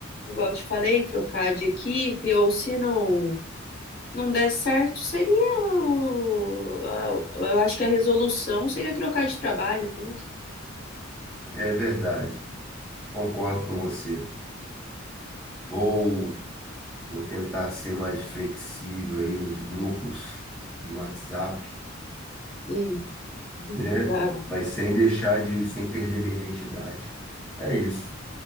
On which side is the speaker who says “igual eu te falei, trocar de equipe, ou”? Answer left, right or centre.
Left